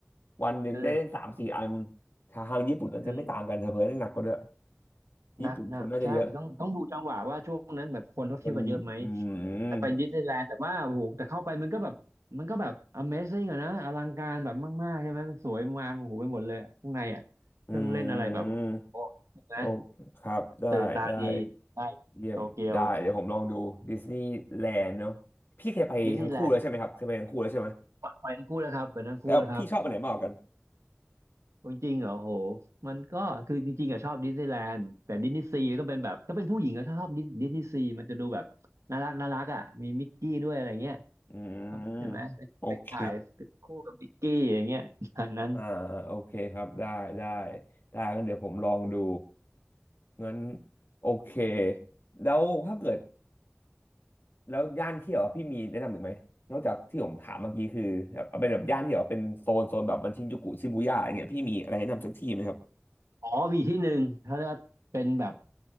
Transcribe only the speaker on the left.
วันหนึ่งได้เล่นสามสี่อัน
ทางทางญี่ปุ่นน่าจะไม่ต่างกันเถอะเพื่อนได้หนักกว่าด้วย
ญี่ปุ่นคนน่าจะเยอะ
คนอื
ม
อืมโอเคครับได้ได้
เยี่ยมได้เดี๋ยวผมลองดูดิสนีย์แลนด์เนาะพี่เคยไปทั้งคู่แล้วใช่ไหมครับเคยไปทั้งคู่แล้วใช่ไหม
แล้วพี่ชอบอันไหนมากกว่ากัน
อืม
โอเค
อ่าอโอเคครับได้ได้ได้งั้นเดี๋ยวผมลองดูงั้นโอเคแล้วถ้าเกิดแล้วย่านเที่ยวอะพี่มีแนะนำอีกไหมนอกจากที่ผมถามเมื่อกี้คือแบบเอาเป็นแบบย่านที่แบบเป็นโซนโซนแบบมันชินจูกุชิบูย่าอย่างเงี้ยพี่มีอะไรแนะนำสักที่ไหมครับ